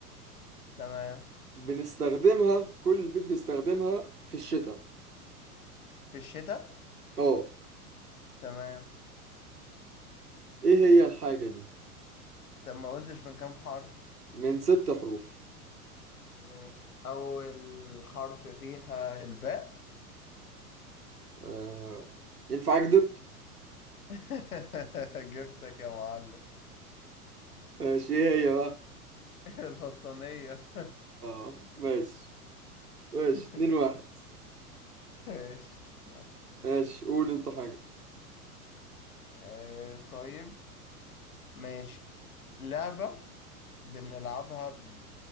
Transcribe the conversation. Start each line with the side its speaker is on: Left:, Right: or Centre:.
Left: تمام
Right: بنستخدمها كل البيت بيستخدمها في الشتاء
Left: في الشتاء
Right: اه
Left: تمام
Right: ايه هي الحاجة دي
Left: طب ما قلتش من كام حرف
Right: من ست حروف
Left: ماشي أول حرف فيها الباء
Right: آه. ينفع اكدب
Left: <laughs> جبتك يا معلم
Right: ماشي ايه هي بقى
Left: <laughs> البطانية
Right: اه ماشي ماشي
Left: <laughs>
Right: اتنين واحد
Left: ماشي استنى.
Right: ماشي قول انت حاجة
Left: آه، طيب ماشي لعبة بنلعبها ب...